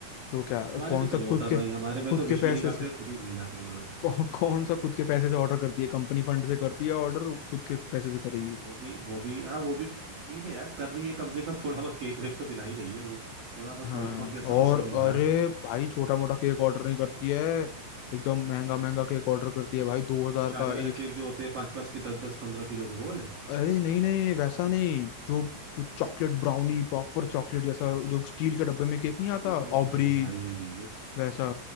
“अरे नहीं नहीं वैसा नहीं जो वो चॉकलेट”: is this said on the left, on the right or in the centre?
Left